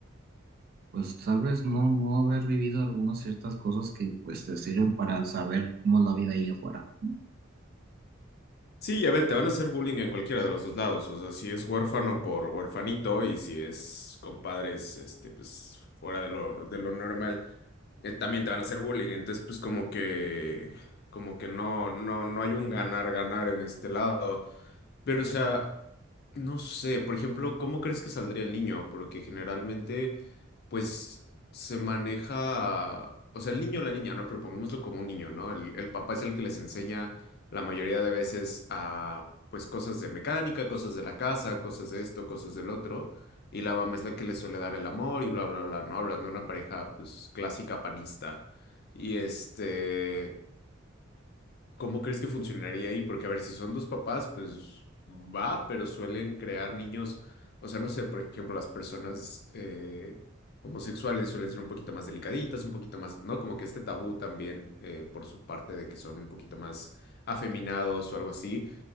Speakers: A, on the right; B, on the left.
A: pues tal vez no, no haber vivido algunas ciertas cosas que pues te sirven para saber cómo es la vida ahí afuera.
B: Sí, ya ver, te van a hacer bullying en cualquiera de los dos lados. O sea, si es huérfano por huérfanito y si es compadres, este, pues fuera de lo, de lo normal, eh, también te van a hacer bullying. Entonces, pues como que, como que no, no, no hay un ganar, ganar en este lado. Pero, o sea, no sé, por ejemplo, ¿cómo crees que saldría el niño? Porque generalmente, pues, se maneja, o sea, el niño o la niña, ¿no? Pero pongámoslo como un niño, ¿no? El, el papá es el que les enseña la mayoría de veces a pues cosas de mecánica, cosas de la casa, cosas de esto, cosas del otro, y la mamá es la que le suele dar el amor y bla, bla, bla, ¿no? Hablando de una pareja pues clásica panista. Y este... ¿Cómo crees que funcionaría ahí? Porque, a ver, si son dos papás, pues va, pero suelen crear niños, o sea, no sé, por ejemplo, las personas eh, homosexuales suelen ser un poquito más delicaditas, un poquito más, ¿no? Como que este tabú también eh, por su parte de que son un poquito más afeminados o algo así.